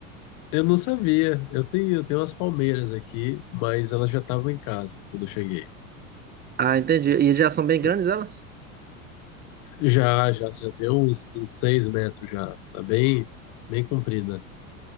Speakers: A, on the left; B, on the right.
A: Eu não sabia. Eu tenho, eu tenho umas palmeiras aqui, mas elas já estavam em casa quando eu cheguei.
B: Ah, entendi. E já são bem grandes
A: né?
B: elas?
A: Já, já, já tem uns, uns 6 metros já. Tá bem, bem comprida.